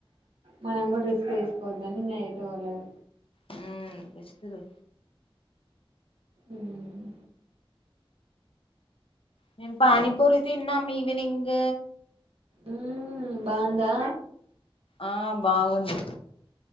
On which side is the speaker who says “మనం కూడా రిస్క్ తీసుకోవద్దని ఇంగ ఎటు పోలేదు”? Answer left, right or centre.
Right